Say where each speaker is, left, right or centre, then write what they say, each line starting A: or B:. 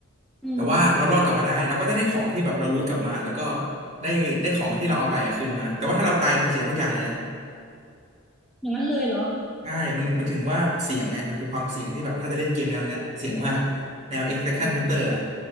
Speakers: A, in the centre; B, on the right.
A: อืม
B: แต่ว่าเรารอดกลับมาได้เราก็จะได้ของที่แบบเรารูทกลับมาแล้วก็ได้ได้ของที่เราเอาไปอะคืนมาแต่ว่าถ้าเราตายคือเสียทุกอย่างเลยนะ
A: อย่างนั้นเลยเหรอ
B: ใช่มันมันถึงว่าเสียงไงมันคือความเสี่ยงที่แบบถ้าจะเล่นเกมแนวเนี้ยเสี่ยงมากแนว extraction
A: โอ้
B: shooter อะ